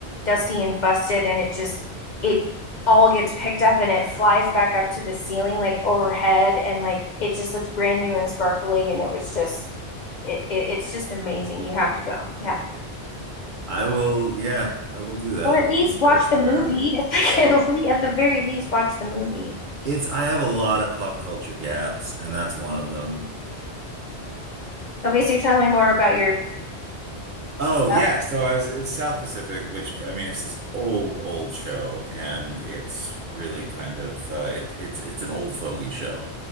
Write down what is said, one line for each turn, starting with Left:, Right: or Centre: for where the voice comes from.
Left: dusty and busted and it just it all gets picked up and it flies back up to the ceiling like overhead and like it just looks brand new and sparkly and it was just it, it it's just amazing you have to go you have to
Right: I will, yeah, I will do that.
Left: or at least
Right: I'll make
Left: watch
Right: that a priority.
Left: the movie <laughs> at, the very least watch the movie
Right: It's, I have a lot of pop culture gaps, and that's one of them.
Left: okay so tell me more about your
Right: Oh yeah,
Left: Yep.
Right: so I was in South Pacific, which I mean, it's this old, old show, and it's really kind of uh, it's it's it's an old fogey show,